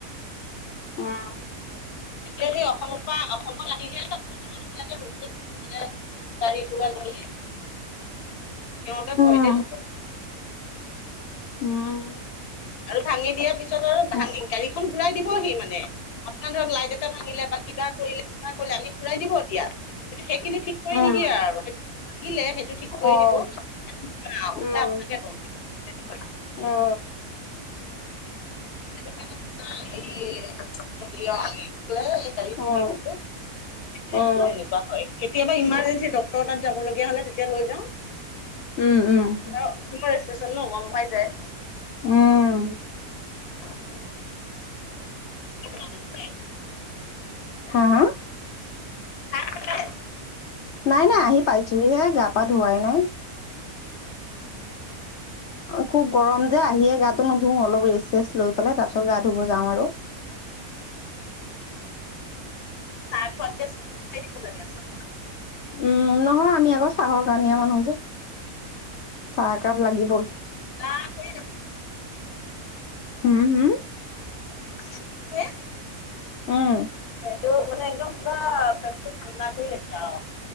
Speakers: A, on the left (about 65°); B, on the left (about 85°).
A: উম,
B: এতিয়া সেই অসম পা অসমত আহিহে <unintelligible> বিলাকে বহুতে মানে গাড়ী ঘোৰা লৈয়ে। সিহঁতে
A: উম,
B: ভয়তে নকৰে।
A: উম'
B: আৰু ভাঙি দিয়াৰ পিছতো আৰু
A: উম,
B: ভাঙি
A: উম,
B: গাড়ীখন ঘূৰাই দিবহি মানে, আপোনাৰ ধৰক লাইট এ- টে ভাঙিলে বা কিবা কৰিলে কিবা কৰিলে আনি ঘূৰাই দিব এতিয়া, কিন্তু সেইখিনি ঠিক কৰি
A: উম,
B: নিদিয়ে আৰু সেইটো- আহিলে সেইটো ঠিক কৰি
A: অ',
B: দিব, ওলোটাই
A: উম,
B: আপোনাকহে দম দিব।
A: অ'
B: সেইটো কাৰণে বোলো নাই, এই এ হেয়ি অ এ কি বোলে? গাড়ি কিনি
A: অ',
B: আছিলো, এতিয়া
A: অ',
B: মানে এনেকুৱা- হয়, কেতিয়াবা ইমাৰ্জেঞ্চি ডক্টৰ তাত যাবলগীয়া হ'লে তেতিয়া লৈ যাওঁ।
A: উম উম'
B: বহুত দিনৰ ৰেষ্টেচন ন' গম পাই যায়।
A: উম,
B: <inaudible> <unintelligible>
A: হাঁ হাঁ?
B: চাহ খালে?
A: নাই নাই আহি পাইছোহি হে, গা পা ধোৱাই নাই। অঁ' খুব গৰম যে আহিয়ে গাটো নুধুঁ, অলপ ৰেষ্ট চেষ্ট লৈ পেলাই তাৰ পিছত গা ধুব যাওঁ আৰু।
B: চাহ খোৱাতকে চাবোন খাই দিব লাগে আক।
A: উম' নহয় আমি আকৌ চাহৰ কাণিয়া মানুহ যে, চাহ একাপ
B: খাই
A: লাগিবই।
B: <unintelligible>
A: হুওম' হুম'।
B: <unintelligible>
A: উম
B: সেইটো মানে একদম পুৰা পেটটো ঠাণ্ডা কৰি ৰাখে আও।